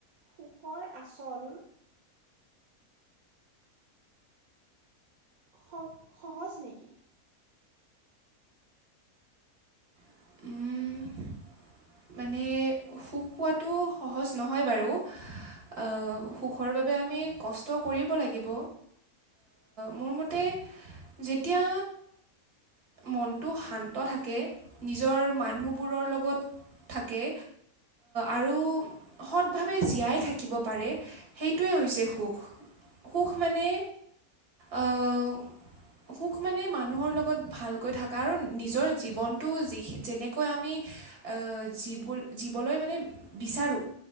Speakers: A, on the right; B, on the right.
A: সুখৰ আচল স সহজ নেকি?
B: উম। মানে সুখ পোৱাতো সহজ নহয় বাৰু আহ সুখৰ বাবে আমি কষ্ট কৰিব লাগিব। মোৰ মতে যেতিয়া মনটো শান্ত থাকে নিজৰ মানুহবোৰৰ লগত থাকে আৰু সৎভাৱে জীয়াই থাকিব পাৰে সটোৱেই হৈছে সুখ সুখ মানে অ' সুখ মানে মানুহৰ লগত ভালকৈ থকা আৰু নিজৰ জীৱনটো যি যেনেকৈ আমি জী জিবলৈ মানে বিচাৰোঁ